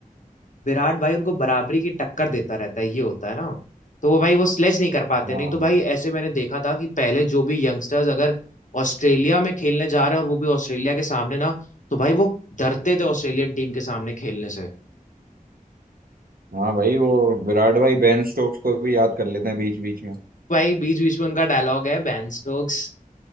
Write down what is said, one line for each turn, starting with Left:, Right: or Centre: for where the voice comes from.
Left: विराट भाई उनको बराबरी की टक्कर देता रहता है ये होता है ना तो वो भाई वो स्लेज नहीं कर पाते
Right: हाँ
Left: नहीं तो भाई ऐसे मैंने देखा था कि पहले जो भी यंगस्टर्स अगर ऑस्ट्रेलिया में खेलने जा रहे हैं और वो भी ऑस्ट्रेलिया के सामने ना तो भाई वो डरते थे ऑस्ट्रेलियन टीम के सामने खेलने से
Right: हाँ भाई वो विराट भाई बेन स्टोक्स को भी याद कर लेते हैं बीच बीच में
Left: भाई बीच बीच में उनका डायलॉग है बैन स्टोक्स